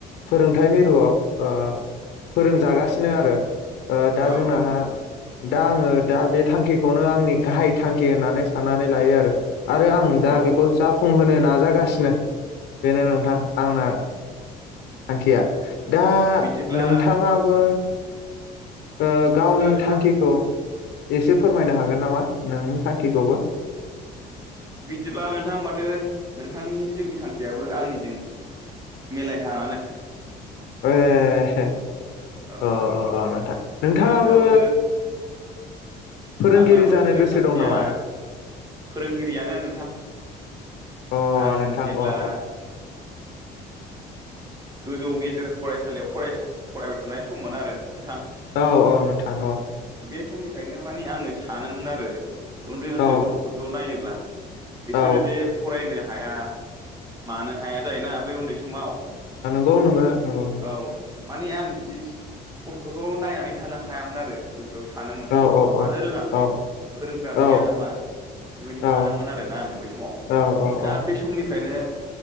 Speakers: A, on the left; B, on the right.
A: फोरोंथाइ मिरुआव ओ फोरोंजागासिनो आरो दा
B: औ
A: जोंनाहा
B: औ नोंथां
A: दा आङो दा बे थांखिखौनो आंनि गाहाय थांखि होननानै साननानै लायो आरो आरो आं दा
B: औ
A: बेखौ जाफुंहोनो नाजागासिनो नो बेनो नोंथां आंना थांखिया दा
B: बिदिब्ला
A: नोंथाङाबो ओ
B: बिदिब्ला
A: गावनि
B: नोंथां
A: थांखिखौ एसे फोरमायनो हागोन नामा नोंनि थांखिखौबो
B: बिदिब्ला नोंथां माथो नोंथांनि जोंनि थांखियाबो आंनिजों मिलायहांयानो
A: ओ अ
B: औ
A: अ अ नोंथां नोंथाङाबो
B: आंनाबो
A: फोरोंगिरि
B: आंनाबो
A: जानो
B: जिउनि
A: गोसो
B: थांखिया
A: दं नामा
B: फोरोंगिरियानो नोंथां
A: अ
B: आं
A: नोंथां
B: जेब्ला
A: अ
B: गोजौ गेजेर फरायसालियाव फरायसं फरायबाय थानाय समानो आरो नोंथां
A: औ औ नोंथां औ
B: बे समनिफ्रायनो मानि आङो सानोमोन आरो उन्दै उन्दै
A: औ
B: गथ'फोरखौ नायोब्ला बिसोरो
A: औ
B: जे फरायनो हाया मानो हाया जायोना बै उन्दै समाव
A: नगौ नंगौ नंगौ नंगौ
B: औ माने आं बिदि गथ'फोरखौ नायनानै थानो हायामोन आरो गोसो सानोमोन
A: औ औ
B: मानो
A: औ
B: रोङाखै
A: औ
B: फोरोंग्रा
A: औ
B: गैया नामा बेबायदि
A: औ
B: सानोमोन आरोना आङो बे समाव
A: औ औ
B: दा
A: औ
B: बे समनिफ्राय ओनिफ्रायनो